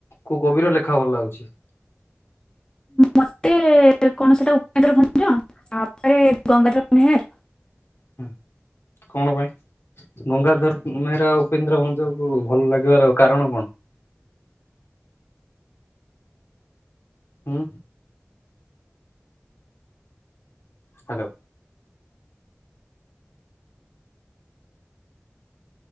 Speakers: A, on the left; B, on the left.
A: କୋଉ କବି ର ଲେଖା ଭଲ ଲାଗୁଛି?
B: ମତେ କଣ ସେଇଟା ଉପେନ୍ଦ୍ର ଭଞ୍ଜ, ତାପରେ ଗଙ୍ଗାଧର ମେହେର
A: ହଁ କଣ ପାଇଁ? ଗଙ୍ଗାଧର ମେହେର ଆଉ ଉପେନ୍ଦ୍ର ଭଞ୍ଜକୁ ଭଲ ଲାଗିବାର କାରଣ କଣ? ହୁଁ। ହ୍ୟାଲୋ।